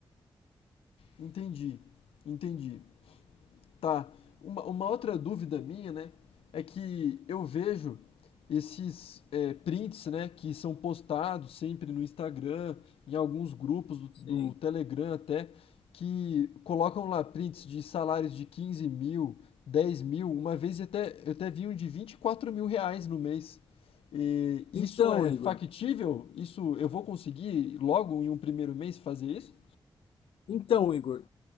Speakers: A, on the left (about 90°); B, on the left (about 75°).
A: Entendi. Entendi. Tá. Uma, uma outra dúvida minha, né, é que eu vejo esses é, prints, né, que são postados sempre no Instagram, em alguns grupos do, do
B: Sim.
A: Telegram até, que colocam lá prints de salários de 15 mil, 10 mil, uma vez até, eu até vi um de 24 mil reais no mês. E
B: Então,
A: isso é
B: Igor.
A: factível? Isso eu vou conseguir logo em um primeiro mês fazer isso?
B: Então, Igor,